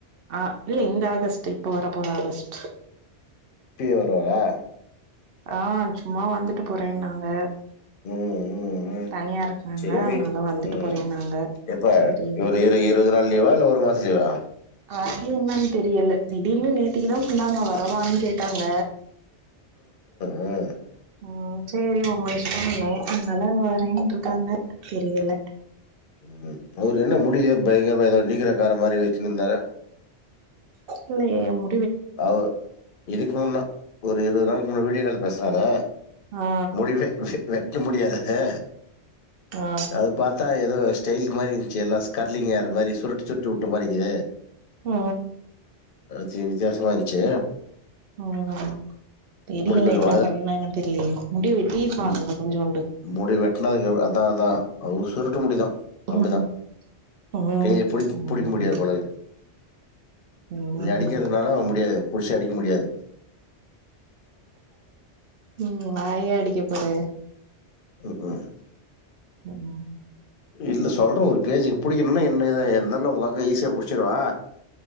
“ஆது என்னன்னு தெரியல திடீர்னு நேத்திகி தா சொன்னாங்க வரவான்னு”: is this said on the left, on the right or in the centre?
Right